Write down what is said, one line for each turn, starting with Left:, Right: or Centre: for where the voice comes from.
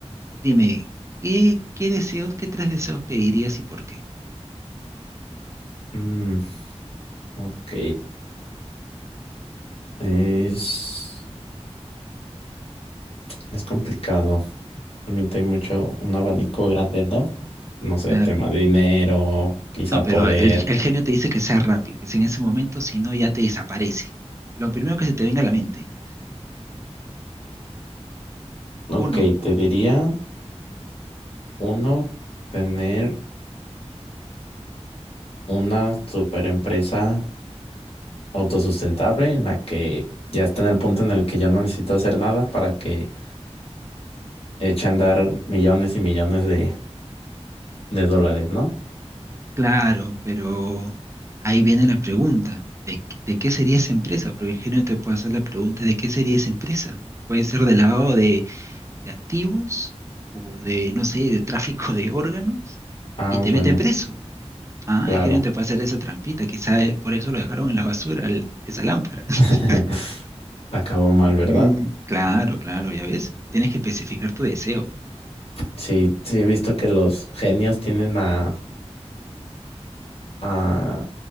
Right: Dime, ¿qué, qué deseos, qué tres deseos pedirías y por qué?
Left: Mm, ok, es, es complicado. Realmente hay mucho, un abanico grande, ¿no? No sé,
Right: Claro.
Left: tema de dinero, quizá
Right: No, pero
Left: poder.
Right: el, el genio te dice que sea rápido, que sea en ese momento, si no ya te desaparece. Lo primero que se te venga a la mente.
Left: Ok,
Right: Uno,
Left: te diría. Uno, tener una super empresa autosustentable en la que ya está en el punto en el que yo no necesito hacer nada para que eche a andar millones y millones de, de dólares, ¿no?
Right: claro, pero ahí viene la pregunta, ¿de, qué- de qué sería esa empresa? Porque el genio te puede hacer la pregunta, ¿de qué sería esa empresa? Puede ser del lado de, de activos o de, no sé, de tráfico de órganos
Left: Ah,
Right: y te
Left: bueno,
Right: mete preso. Ah,
Left: claro.
Right: el genio te puede hacer esa trampita, quizá eh, por eso lo dejaron en la basura el- esa lámpara.
Left: <laughs>
Right: <laughs>
Left: Acabó mal, ¿verdad?
Right: Mm, claro, claro, ya ves, tienes que especificar tu deseo.
Left: Sí, sí, he visto que los genios tienden a, a